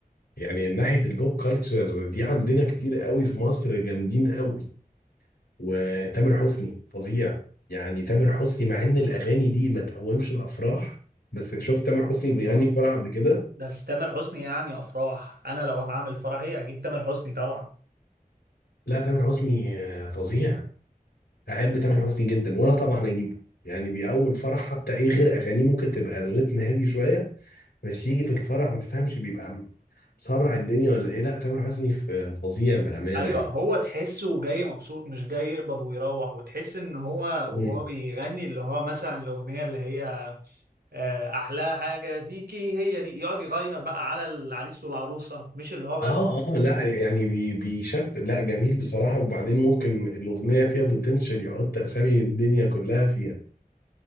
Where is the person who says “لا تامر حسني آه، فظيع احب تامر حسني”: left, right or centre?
Left